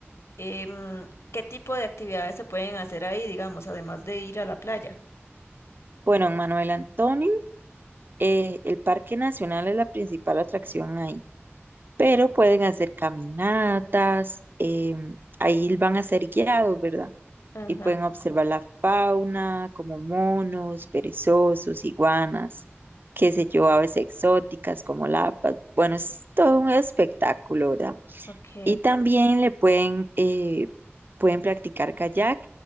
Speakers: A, on the left (about 80°); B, on the right (about 50°).
A: Em, ¿qué tipo de actividades se pueden hacer ahí, digamos, además de ir a la playa?
B: Bueno, en Manuel Antonio. Eh, el Parque Nacional es la principal atracción ahí, pero pueden hacer caminatas, em, ahí van a ser guiados, ¿verdad?
A: Ajá.
B: Y pueden observar la fauna, como monos, perezosos, iguanas, qué sé yo, aves exóticas como lapas. Bueno, es todo un espectáculo, ¿verdad?
A: Ok.
B: Y también le pueden, eh, pueden practicar kayak,